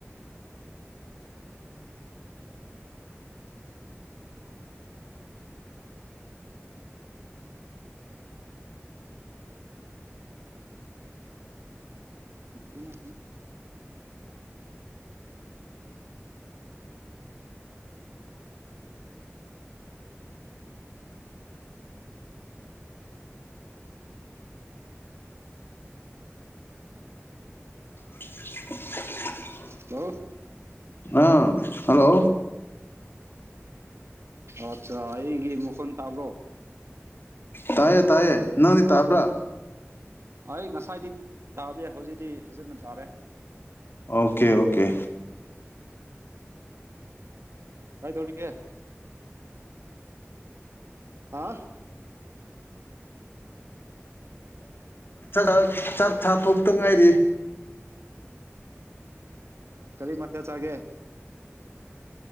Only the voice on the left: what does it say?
<unintelligible>
ꯑꯥ hello
ꯇꯥꯏꯌꯦ ꯇꯥꯏꯌꯦꯦ ꯅꯅꯤ ꯇꯥꯕ꯭ꯔꯥ
ꯑꯣꯀꯦ ꯑꯣꯀꯦ
ꯆꯥꯛ ꯆꯥꯊꯄꯇ ꯉꯥꯏꯔꯤ